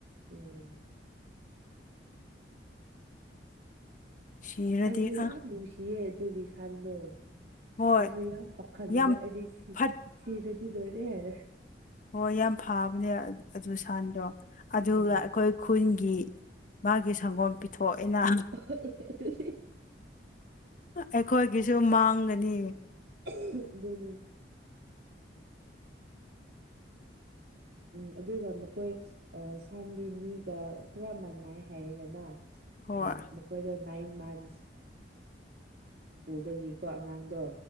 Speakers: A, on the right; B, on the left.
A: ꯎꯝ
B: ꯁꯤꯔꯗꯤ
A: ꯑꯩꯖꯨ ꯌꯥꯝ
B: ꯑ
A: ꯅꯨꯡꯁꯤꯌꯦ ꯑꯗꯨꯒꯤ ꯁꯥꯟꯗꯣ
B: ꯍꯣꯏ
A: ꯑꯩꯖꯨ ꯌꯥꯝ ꯄꯥꯈꯠꯂꯨꯔꯦ
B: ꯌꯥꯝ
A: ꯑꯩꯗꯤ ꯁꯤ
B: ꯐꯠ
A: ꯁꯤꯔꯗꯤ ꯂꯣꯏꯔꯦ ꯍꯥꯏꯔꯒ
B: ꯃꯌꯥꯝ ꯐꯥꯕꯅꯦ ꯑ ꯑꯗꯨ ꯁꯟꯗꯣ ꯑꯗꯨꯒ
A: ꯎꯝ
B: ꯑ ꯈꯣꯏ ꯈꯨꯟꯒꯤ ꯃꯥꯒꯤ ꯁꯪꯒꯣꯝ ꯄꯤꯊꯣꯛꯑꯦꯅꯥ
A: ꯍꯣꯏ ꯑꯗꯨ <unintelligible>
B: ꯑꯩꯈꯣꯏꯒꯤꯁꯨ ꯃꯥꯡꯒꯅꯤ
A: <unintelligible> ꯗꯨꯅꯤ ꯎꯝ ꯑꯗꯨꯒ ꯃꯈꯣꯏ ꯑꯥ ꯁꯟꯗꯤ ꯃꯤꯒ ꯈꯔ ꯃꯥꯟꯅꯥꯏ ꯍꯥꯏꯌꯦꯗꯅ
B: ꯍꯣꯏ
A: ꯎꯝ ꯃꯈꯣꯏꯗ ꯅꯥꯏꯟ ꯃꯟꯁ ꯄꯨꯕꯒꯤꯀꯣ ꯑꯉꯥꯡꯗꯣ